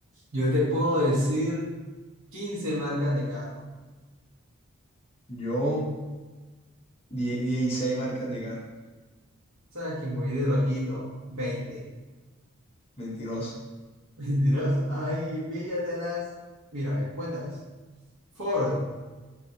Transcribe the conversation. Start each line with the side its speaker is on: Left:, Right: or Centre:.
Right: Yo te puedo decir quince marcas de carros.
Left: Yo, die- 16 marcas de carros.
Right: Sabes que muy de loquito. veinte,
Left: Mentiroso.
Right: <laughs> Mentiroso. Ay, píllatelas. Mira, ve, cuéntalas. Ford,